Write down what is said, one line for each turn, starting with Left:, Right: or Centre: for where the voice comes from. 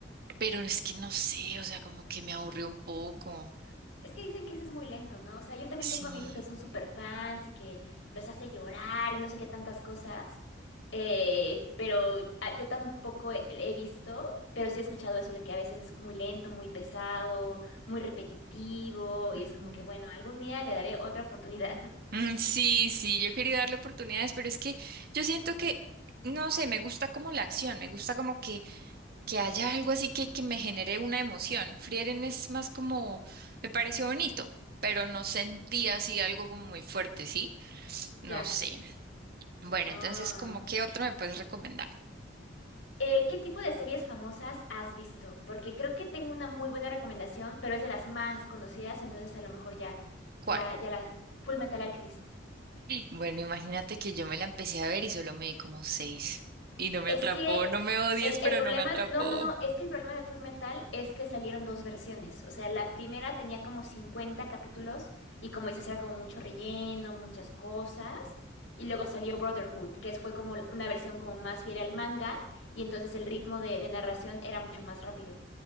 Right: pero es que no sé, o sea, como que me aburrió un poco.
Left: Es que dicen que ese es muy lento, ¿no? O sea, yo también
Right: Sí.
Left: tengo amigos que son súper fans y que los hace llorar y no sé qué tantas cosas. Eh, pero ah, yo tampoco he, he visto, pero sí he escuchado eso de que a veces es muy lento, muy pesado, muy repetitivo y
Right: Ujú.
Left: es como que, bueno, algún día le daré otra oportunidad. <laughs>
Right: Mm, Sí, sí, yo quería darle oportunidades, pero es que yo siento que, no sé, me gusta como la acción, me gusta como que, que haya algo así que, que me genere una emoción. Frieren es más como, me pareció bonito, pero no sentí así algo como muy fuerte, ¿sí? No
Left: Ya.
Right: sé. Bueno,
Left: Ah.
Right: entonces, ¿como qué otro me puedes recomendar?
Left: Eh, ¿qué tipo de series famosas has visto? Porque creo que tengo una muy buena recomendación, pero es de las más conocidas, entonces a lo mejor ya,
Right: ¿Cuál?
Left: ya, ya la... Full Metal Alchemist.
Right: Bueno, imagínate que yo me la empecé a ver y solo me di como seis y no me
Left: Es
Right: atrapó,
Left: que
Right: no me odies,
Left: El,
Right: pero
Left: el problema,
Right: no me atrapó.
Left: no, no, no, es que el problema de Full Metal es que salieron dos versiones. O sea, la primera tenía como 50 capítulos y como dices, era como mucho relleno, muchas cosas. Y luego salió Brotherhood, que fue como una versión como más fiel al manga y entonces el ritmo de, de narración era mucho más rápido.